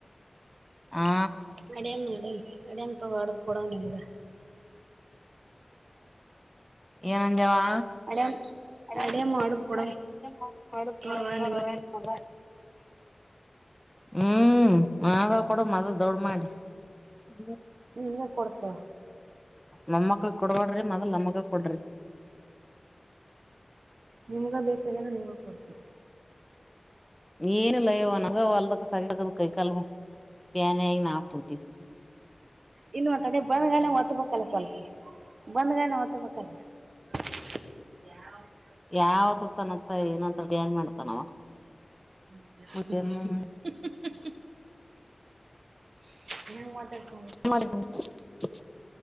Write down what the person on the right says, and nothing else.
ಅಡಿಯನ ಆಡಿಯನ ಅಡಿಯಮ ತಗೋ ಆಡಿಡು ಕೊಡನಾ ನಿಮ್ಗ
ಅಡೇಮ್
ಅಡೇಮ್ ಹೊಡದ್ ಕೊಡಮ್ ತೋರ್ವ ನಿಮ್ಗ
ನಿಮ್ಗ ಕೊಡ್ತವ
ನಿಮ್ಗ ಬೇಕಾಗನ ನೀವ್ಗೂ ಕೊಡ್ತೀನ
ಇನ್ನು ಮಂತದೆ ಬಂದ್ಗನ ಒತ್ತಬೇಕಲ್ಲ ಸ್ವಲ್ಪ ಬಂದ್ಗನ ಒತ್ತಬೇಕಲ್ಲ <unintelligible> ಯಾವ
<inaudible>
<unintelligible> <unintelligible>